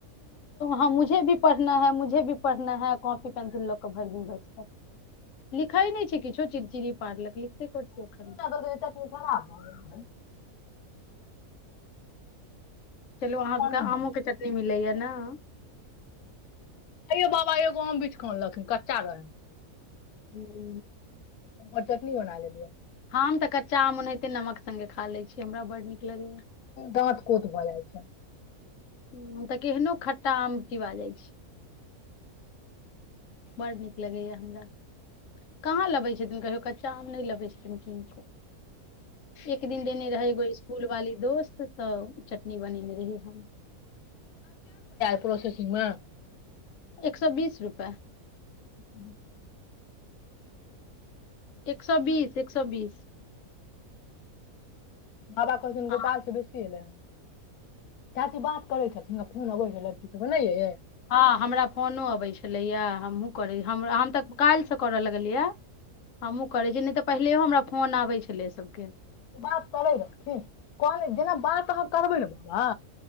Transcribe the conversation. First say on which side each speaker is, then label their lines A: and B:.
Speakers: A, on the left (about 65°); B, on the left (about 85°).
A: हम मुझे भी पढ़ना है मुझे भी पढ़ना है कॉपी पेंसिल लऽ के भरि दिन बैसतै लिखै नई छैइ किछो चिड़चिड़ी पारलक लिखतै कथि एखन
B: देखियौ तऽ ई चटनी खराब भऽ गेल छै
A: चलू अहाँ
B: मोने
A: सबके
B: नहि
A: आमो
B: भेल
A: कऽ चटनी मिलैयै नहि
B: आइयो बाबा एगो आम बिछ कऽ आनलथिन कच्चा रहय
A: ह ह
B: आओर चटनी बना लेलियै
A: हम तऽ कच्चा आम ओनाहि कते नमक संगहि खा लए छी हमरा बड नीक लगैया
B: दाँत कोथ भऽ जाय छै
A: हम तऽ केहनो खट्टा आम चीबा जाइ छियै बड़ नीक लगैए हमरा कहाँ लाबै छथिन कहियो कच्चा आम नहि लाबै छथिन किनकऽ एक दिन देने रहय एगो स्कूल वाली दोस्त से तऽ चटनी बनेने रहि हम
B: प्रोसेसिंगमे
A: एक सौ बीस रुपया
B: <unintelligible>
A: एक सौ बीस एक सौ बीस
B: बाबा कहलथिन्ह गोपाल
A: अहाँ-
B: से बेसी आयलै चाची बात करै छथिन फोन आबै है लड़की सब के नहि ये
A: हँ हमरा फोनो अबैत छलैए हमहूँ करै हम हम तऽ काल्हिसँ करय लगलियै हमहूँ करे छियै नहि तऽ पहिलहियो हमरा फोन आबै छलै सबके
B: ओ बात करै रहथिन कहलै जेना बात अहाँ करबै ने बाबा